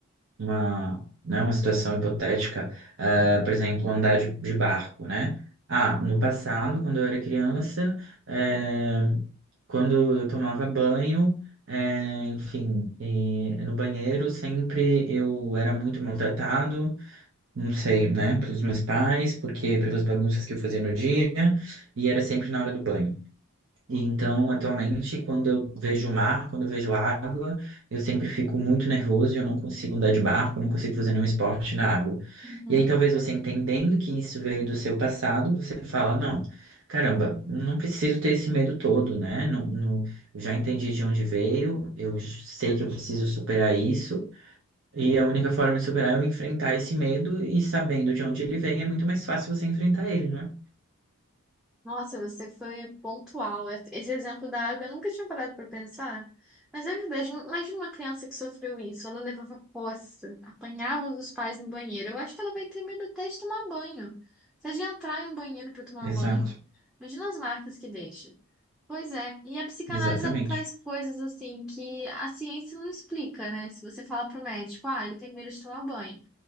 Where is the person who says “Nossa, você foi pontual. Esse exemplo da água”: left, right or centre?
Centre